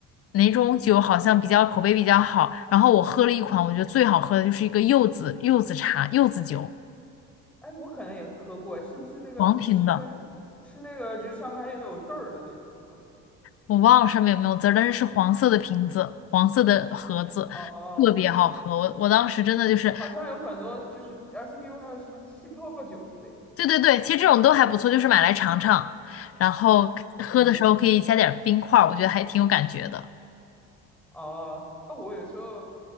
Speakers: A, on the left (about 35°); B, in the centre.
A: 哪种酒好像比较口碑比较好，然后我喝了一款，我觉得最好喝的就是一个柚子柚子茶柚子酒，
B: 哎，我可能也喝过，哎是不是那个是那个
A: 黄瓶的。
B: 是那个就是上面还有字儿的那个吗？
A: 我忘了上面有没有字儿，但是是黄色的瓶子，黄色的盒子，
B: 哦哦哦
A: 特别好喝。我我当时真的就是，
B: 好像有很多就是 r c p u 还有什么气泡酒之类的。
A: 对对对，其实这种都还不错，就是买来尝尝，然后喝的时候可以加点儿冰块儿，
B: 嗯，
A: 我觉得还挺有感觉的。
B: 哦，啊，我有时候，